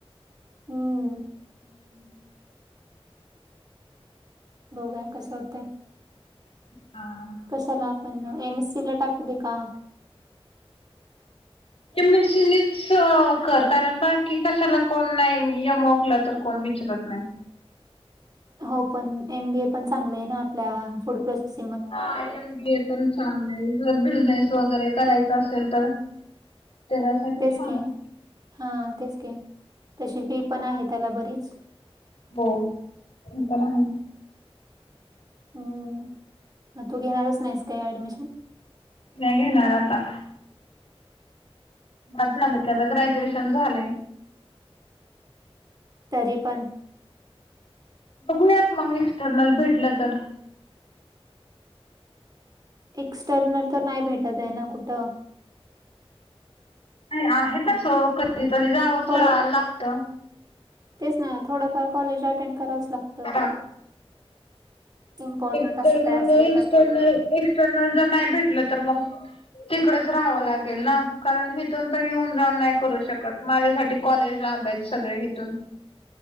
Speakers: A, on the right; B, on the left.
A: हम्म.
B: हम्म.
A: बघुया कस होतंय.
B: हा.
A: कशाला आपण, एम एस सी ला टाकू दे का.
B: एमसीनीच कर कारण बाकी, कशाला कोण नाही यमोकला तर. कोण विचारत नाही.
A: हो पण एम बी ए पण चांगलं आहे ना, आपल्या फूड प्रोसेस.
B: हा एम बी ए पण चांगले आहे, ‌जर बिझनेस वगैरे करायचा असेल तर. त्याच्यासाठी
A: तेच
B: छान
A: की
B: आहे.
A: हा तेच की. तशी फी पण आहे त्याला बरीच.
B: हो ते पण आहे.
A: हम्म. मग तू घेणारच नाहीस, का ऍडमिशन.
B: नाही घेणार आता. बास झालं की आता, ग्रॅज्युएशन झाले.
A: तरी पण.
B: बघूया मग, एक्सटर्नल भेटलं तर.
A: एक्सटर्नल तर नाही भेटत आहे, ना कुठं.
B: नाही आहे तसं, कधीतरी जावंच
A: थोडं
B: ला लागत.
A: तेच ना थोडंफार कॉलेज, अटेंड करावच लागतं.
B: <unintelligible>
A: इम्पॉर्टंट
B: एक्सटर्नल
A: असं काय असले तर
B: जर नाही भेटलं तर मग? तिकडच राहावं लागेल ना कारण, हिथून तर येऊन जाऊन नाही करू शकत. माझ्यासाठी कॉलेज लांब आहेत सगळे इथून.